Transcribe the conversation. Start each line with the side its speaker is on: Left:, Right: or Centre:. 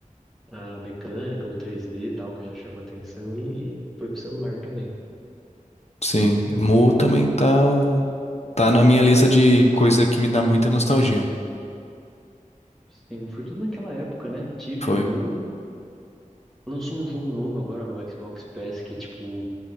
Centre: a mecânica, o 3D e tal, que já chama atenção, e foi pro celular também.
Left: Sim, Mu também tá, tá na minha lista de coisa que me dá muita nostalgia.
Centre: Sim, foi tudo naquela época, né? Tibia,
Left: Foi.
Centre: Mu. Lançou um jogo novo agora no Xbox Pass que, tipo,